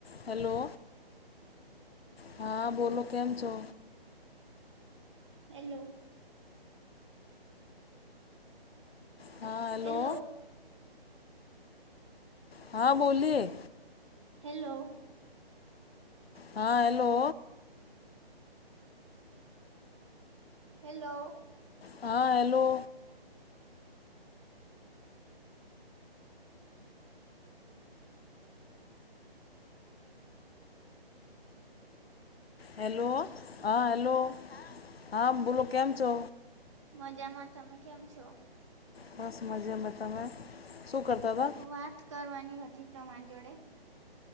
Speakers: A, on the left; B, on the right.
A: હેલો હા બોલો કેમ છો?
B: હેલો.
A: હા
B: હેલો
A: હલો. હા બોલીએ.
B: હેલો.
A: હા હેલો
B: હેલો.
A: હા હેલો. હેલો હા હેલો હા બોલો કેમ છો?
B: મજામાં તમે કેમ છો?
A: બસ મજેમે તમે શું કરતા હતા.
B: વાત કરવાની હતી તમારી જોડે